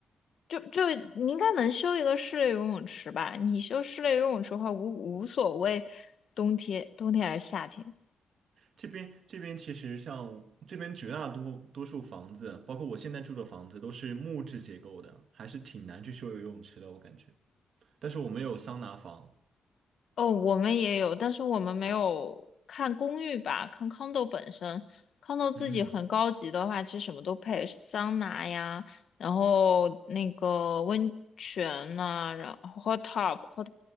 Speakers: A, on the left (about 60°); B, on the right (about 60°).
A: 就就你应该能修一个室内游泳池吧？你修室内游泳池的话，无无所谓冬天冬天还是夏天。
B: 这边这边其实像这边绝大多多数房子，包括我现在住的房子，都是木质结构的，还是挺难去修游泳池的，我感觉。但是我们有桑拿房。
A: 哦，我们也有，但是我们没有看公寓吧，看 condo 本身。condo 自己很高级的话，
B: 嗯，
A: 其实什么都配，桑拿呀，然后那个温泉呐、然后 hot tub、hot